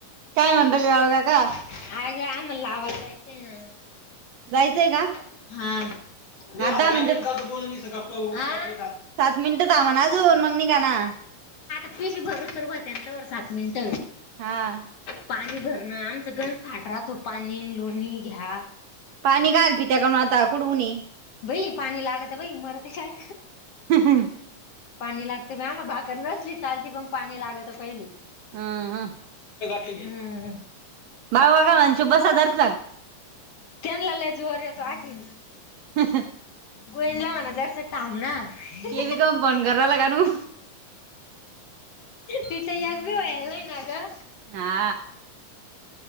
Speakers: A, on the right (about 70°); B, on the left (about 60°).
A: काय म्हणता बाळू काका
B: <inaudible> आग आमला ला आवाजायचं आहे ना. हा.
A: जायचंय का?
B: आज गाडीवर जात
A: हा दहा मिनिटात
B: <inaudible> आ.
A: सात मिनिटं थामा नाजऊन मग निघा ना.
B: पशी भरसर भातंत वर सात मिनट
A: हा.
B: पाणी घरण आम सगळ फाट रा तो पाणी लोणी घ्या.
A: पाणी घाल त त्या काडून आता कुडुणी
B: भई पाणी लागत भाई मरती काय?
A: हम.
B: पाणी लागते आम भाकर नसली चालती पण पाणी लागत पहिली.
A: हा ह.
B: हं हं.
A: बाऊ वाघा म्ह शु बसा रतग
B: केन ला लजरेतो आखी
A: ह
B: गोईंद ला म्हणा जरसतम ना
A: ते
B: ब ब
A: बी काम फोन करायला कानू.
B: तिथ यग वला ना ग
A: हा